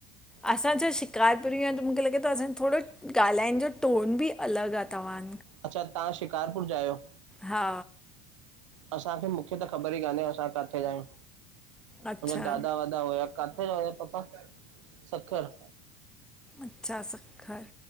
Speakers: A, in the centre; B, on the right.
A: असांज शिकार पय आहिनि त मूंखे लॻे थो असां थोरो। ॻाल्हाइण जो टोन बि अलॻि आ तव्हां।
B: अच्छा तव्हां शिकारपुर जा आहियो
A: हा।
B: असांखे मूंखे त ख़बर ई कान्हे असां किथे ज आहियूं
A: अच्छा
B: मुंहिंजा दादा वाॾा हुया। किथे जोे पपा सखर।
A: अच्छा सक्खर।